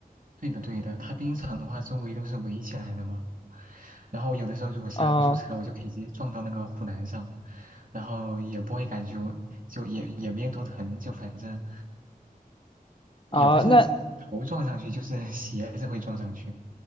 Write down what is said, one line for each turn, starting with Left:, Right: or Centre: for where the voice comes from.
Right: 对的，对的，它冰场的话，周围都是围起来的嘛。然后有的时候如果刹不住车，
Left: 啊
Right: 我就可以直接撞到那个护栏上，然后也不会感觉就也也没有多疼，就反正也不是是头撞上去，
Left: 啊，那
Right: 就是 <laughs> 鞋子会撞上去。